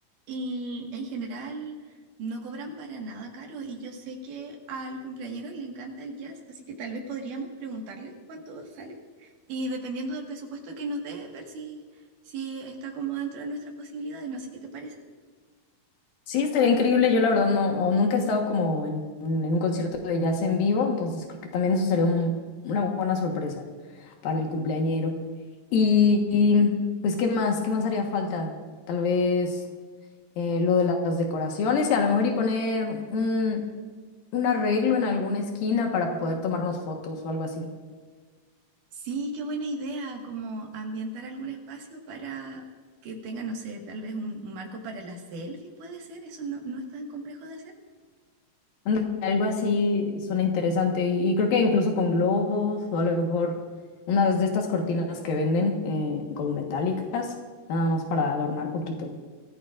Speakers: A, on the right (about 70°); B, on the left (about 80°).
A: y en general no cobran para nada caro y yo sé que al cumpleañero le encanta el jazz, así que tal vez podríamos preguntarle cuánto sale y dependiendo del presupuesto que nos dé, ver si, si está como dentro de nuestras posibilidades, no sé qué te parece.
B: Sí, estaría increíble. Yo la verdad no, o nunca he estado como en, un en un concierto de jazz en vivo, entonces creo que también eso sería un- una buena sorpresa para el cumpleañero. Y, y, pues, ¿qué más? ¿Qué más haría falta? Tal vez eh, lo de las decoraciones y a lo mejor y poner un, un arreglo en alguna esquina para poder tomarnos fotos o algo así.
A: Sí, qué buena idea, como ambientar algún espacio para que tenga, no sé, tal vez un, un marco para las selfies, puede ser, eso no, no es tan complejo de hacer.
B: Anda, Algo así suena interesante y, y creo que incluso con globos o a lo mejor una de estas cortinas que venden eh, como metálicas, nada más para adornar poquito.